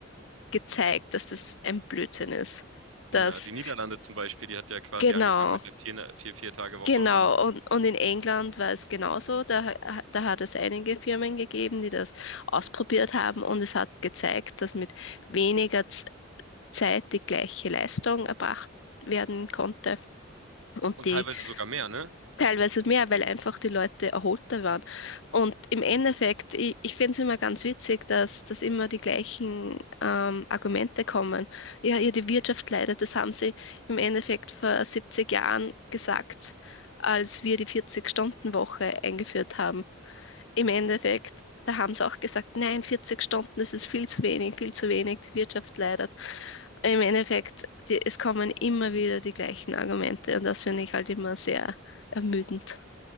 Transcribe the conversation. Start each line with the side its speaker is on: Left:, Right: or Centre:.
Left: gezeigt, dass es ein Blödsinn ist. Dass,
Right: Ja, die Niederlande zum Beispiel, die hat ja quasi
Left: genau,
Right: angefangen mit der vier, vier, vier Tage Woche
Left: genau.
Right: und,
Left: Und, und in England war es genauso. Da, ha- da hat es einige Firmen gegeben, die das ausprobiert haben und es hat gezeigt, dass mit weniger Zeit die gleiche Leistung erbracht werden konnte und
Right: und
Left: die
Right: teilweise sogar mehr, ne?
Left: teilweise mehr, weil einfach die Leute erholter waren. Und im Endeffekt, ich, ich finde es immer ganz witzig, dass, dass immer die gleichen ähm, Argumente kommen. Ja, ja, die Wirtschaft leidet, das haben sie im Endeffekt vor 70 Jahren gesagt, als wir die 40-Stunden-Woche eingeführt haben. Im Endeffekt, da haben sie auch gesagt, nein, 40 Stunden, das ist viel zu wenig, viel zu wenig, die Wirtschaft leidet im Endeffekt, die, es kommen immer wieder die gleichen Argumente und das finde ich halt immer sehr ermüdend.